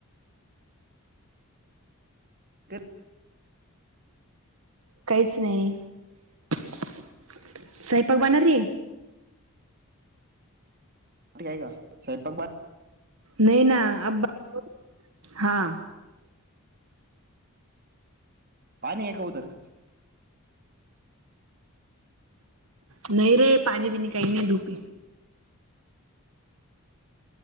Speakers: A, on the right (about 45°); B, on the right (about 70°).
A: तेत
B: काहीच नाही स्वयंपाक बणारी.
A: टी आहे का स्वयंपाक बा
B: नाही ना <inaudible> हा.
A: पाणी आहे का उदर?
B: नाही रे पाणी बीनी काही नाही धूप हे.